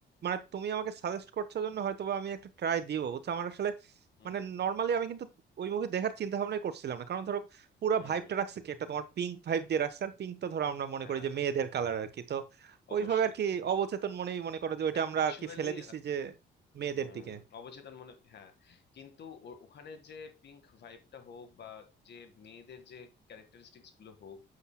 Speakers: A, on the right (about 55°); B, on the left (about 60°).
A: মানে তুমি আমাকে সাজেস্ট করছো জন্য হয়তোবা আমি একটা ট্রাই দিব বুঝছো আমার আসলে
B: হুম
A: মানে নর্মালি আমি কিন্তু ওই মুভি দেখার চিন্তা ভাবনাই করছিলাম না কারণ ধরো পুরো
B: হুম
A: ভাইবটা রাখছে কি একটা তোমার পিঙ্ক ভাইব দিয়ে রাখছে আর পিঙ্ক তো ধরো আমরা মনে
B: হ্যাঁ
A: করি যে মেয়েদের কালার আর কি তো ওইভাবে
B: অবশ্যই
A: আর কি অবচেতন মনেই মনে করো যে ওইটা
B: অ্যাকচুয়ালি
A: আমরা আর কি ফেলে দিছি যে মেয়েদের
B: হুম
A: দিকে
B: অবচেতন মনে হ্যাঁ কিন্তু ও- ওখানে যে পিঙ্ক ভাইবটা হোক বা যে মেয়েদের যে ক্যারেক্টারিস্টিক্স গুলো হোক